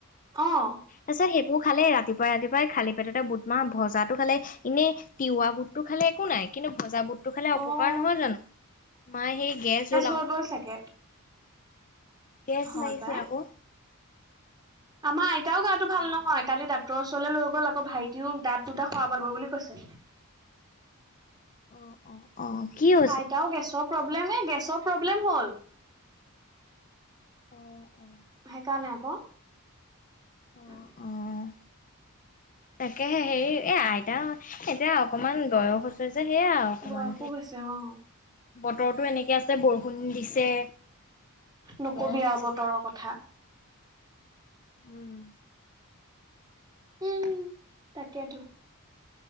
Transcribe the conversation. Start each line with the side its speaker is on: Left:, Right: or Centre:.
Right: অ'
Left: তাৰছ সেইবোৰ খালে, ৰাতিপুৱাই ৰাতিপুৱাই খালি পেটতে বুটমাহ ভজাতো খালে এনেই তিওৱা বুতটো খালে একো নাই কিন্তু ভজা বুট এইটো খালে
Right: অ',
Left: অপকাৰ নহয় জানো? মাই সেই গেছ হল
Right: হৈ
Left: আও
Right: গ'ল চাগে।
Left: গেছ
Right: হয়
Left: মাৰিছে
Right: পাই।
Left: আকৌ
Right: আমাৰ আইতাও গাটো ভাল নহয়, কালি ডাক ক্টৰ ওচৰলে লৈ গ'ল আকৌ ভাইটিও দাঁত দুটা সৰাব লাগিব বুলি কৈছে।
Left: অ', অ' অ', কি অ
Right: আইতাও গেছ প্ৰব্লেম এ, গেছৰ প্ৰব্লেম হ'ল।
Left: অ', অ'
Right: সেইকাৰণে আক
Left: অ',
Right: উম'
Left: অ'। তাকেহে হেৰি এ আইতা এতিয়া অকমান বয়স্ক তাছত সেয়া আও অকমান
Right: বয়সো হৈছে অ'।
Left: বতৰতো এনেকে আছে, বৰষুণ দিছে
Right: নকবি
Left: গৰম উঠিছে
Right: আৰু বতৰৰ কথা
Left: উম'
Right: উম তাকেতো